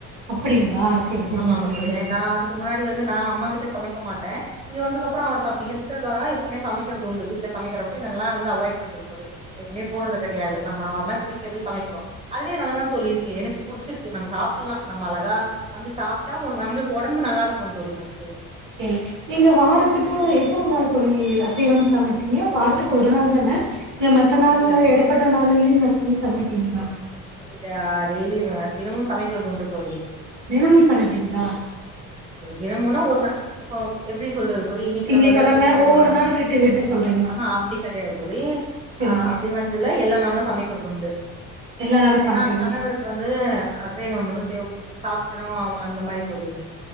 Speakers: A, on the right (about 55°); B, on the right (about 15°).
A: அப்டிங்களா செரி செரிங்க
B: ஆமாங்க தோழி
A: செரிங்க
B: நா அதுக்கு முன்னாடி வந்து நா அம்மா வீட்ல சமைக்க மாட்டே இங்க வந்துக்கப்புறோ அவர்க்கு அப்டி இருக்கறதாலதா இப்பமே சமைக்கிறது உண்டு வீட்ல சமைக்கிறப்ப இதெல்லா வந்து அவாய்ட் பண்ற தோழி எதுமே போடறது கெடையாது நம்ம நார்மலா வீட்ல எப்டி சமைக்கிறோ அதுவே நல்லாதா தோழி இருக்கு எனக்கு புடிச்சிருக்கு நம்ப சாப்புல்லா நம்ம அழகா வந்து சாப்ட்டா உங் நம்மளுக் ஒடம்பு நல்லாருக்கனு தோழி ஃபஸ்ட்டு
A: சேர் நீங்க வாரத்துக்கு எத்தன நாள் தோழி அசைவம் சமைப்பிங்க வாரத்துக்கு ஒரு நாள் தான இல்ல மத்த நாள்ல
B: இல்ல
A: எடப்பட்ட நாளுலயு நீ சமைக்றீங்ளா
B: இதா டெய்லி அ தினமும் சமைக்கிறது உண்டு தோழி
A: தினமு சமைப்பீங்ளா
B: தினமுனா ஒரு நா இப்போ எப்டி சொல்றது தோழி இன்னைக்கு
A: திங்ககெழம
B: எதாச்சு ஒரு கொலம
A: ஒவ்வொரு நாள் விட்டு விட்டு சொல்றீங்க
B: ஆ ஹ அப்டி கெடயாது தோழி
A: செரிங்க
B: ஆஹ் அப்டி வந்தில்ல எல்லா நாலு சமை கிறதுண்டு
A: எல்லா நாளு சமைக்கிறீங்க
B: எனா கணவருக்கு வந்து அசைவமும் தே சாப்டொணா அந்த மாய் தோழி